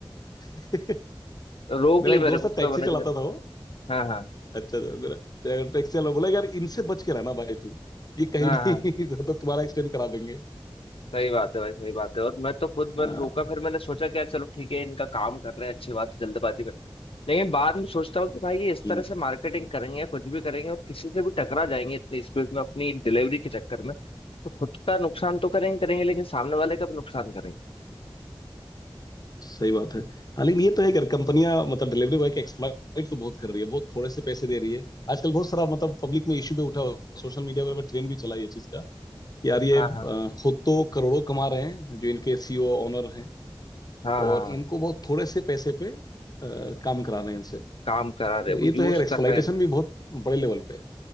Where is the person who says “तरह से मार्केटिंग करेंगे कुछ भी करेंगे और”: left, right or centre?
Left